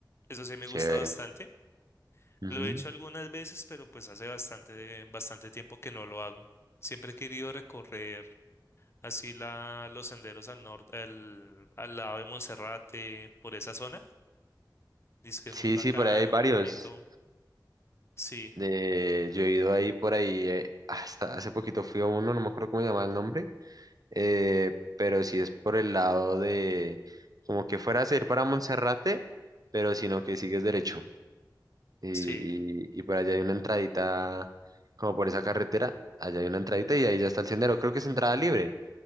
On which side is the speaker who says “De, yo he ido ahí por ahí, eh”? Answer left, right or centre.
Right